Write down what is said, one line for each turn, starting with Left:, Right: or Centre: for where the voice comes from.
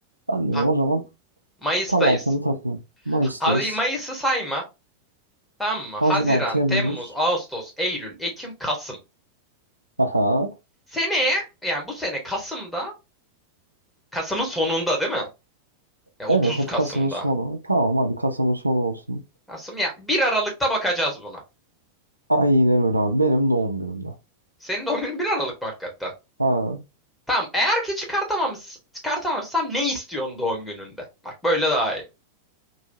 Right: ben diyorum
Centre: Ha,
Right: o zaman
Centre: Mayıs'tayız.
Right: tam altını takıyorum. Mayıs'tayız.
Centre: Hadi Mayıs'ı sayma. Tamam mı?
Right: Haziran,
Centre: Haziran,
Right: Temmuz.
Centre: Temmuz, Ağustos, Eylül, Ekim, Kasım.
Right: Aha.
Centre: Seneye yani bu sene Kasım'da Kasım'ın sonunda değil mi? Ya 30
Right: Evet hadi
Centre: Kasım'da.
Right: Kasım'ın sonu. Tamam hadi Kasım'ın sonu olsun.
Centre: Kasım ya bir Aralık'ta bakacağız buna.
Right: Aynen öyle abi. Benim doğum günümde.
Centre: Senin doğum günün bir Aralık mı hakikaten?
Right: Ha.
Centre: Tamam eğer ki çıkartamamış, çıkartamamışsam ne istiyorsun doğum gününde? Bak böyle daha iyi.